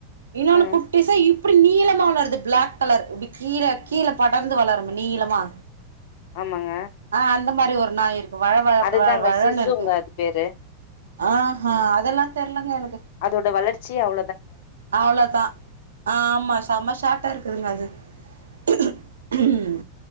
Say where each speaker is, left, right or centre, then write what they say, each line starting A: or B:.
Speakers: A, on the right; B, on the left.
A: இன்னொன்னு
B: ம்
A: குட்டீஸ் இப் ப்டி நீளமா வளருது பிளாக் கலர் இப்டி கீழ கீழ படர்ந்து வளருமே நீளமா
B: ஆமாங்க
A: ஆ அந்த மாரி ஒரு நாய் இருக்கு வழவழ
B: அதுதாங்க
A: வழவழன்னு
B: சிசுங்க
A: இருக்கு
B: அது பேரு
A: ஆஹ்ஹ அதெல்லா தெர்லங்க எனக்
B: அதோட வளர்ச்சியே அவ்ளோ
A: அவ்வளோதா ஆ ஆமா செம ஷார்ட்டா இருக்குதுங்க அது உஹம்